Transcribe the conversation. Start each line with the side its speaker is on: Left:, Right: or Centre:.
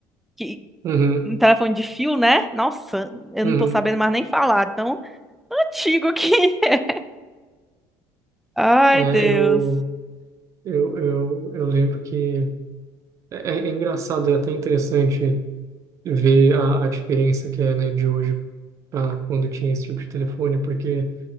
Centre: que
Right: Uhum,
Centre: um telefone de fio, né? Nossa, eu
Right: uhum.
Centre: não tô sabendo mais nem falar, tão antigo que. <laughs> Ai,
Right: É,
Centre: Deus.
Right: eu, eu, eu, eu lembro que. É, é é engraçado, é até interessante ver a, a diferença que é, né, de hoje para quando tinha esse tipo de telefone, porque